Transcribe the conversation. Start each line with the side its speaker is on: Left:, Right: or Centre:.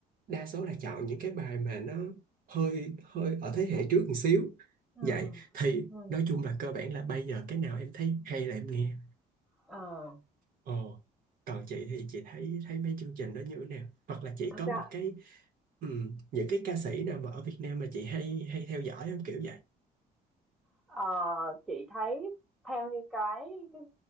Right: đa số là chọn những cái bài mà nó hơi hơi ở thế hệ trước một xíu
Centre: ừ,
Right: vậy thì
Centre: ừ.
Right: nói chung là cơ bản là bây giờ cái nào em thấy hay là em nghe
Centre: Ờ,
Right: ồ còn chị thì chị thấy thấy mấy chương trình đó như thế nào hoặc là chị
Centre: thật
Right: có
Centre: ra
Right: một cái ừm, những cái ca sĩ nào mà ở Việt Nam mà chị hay hay theo dõi không kiểu vậy
Centre: ờ, chị thấy theo như cái cái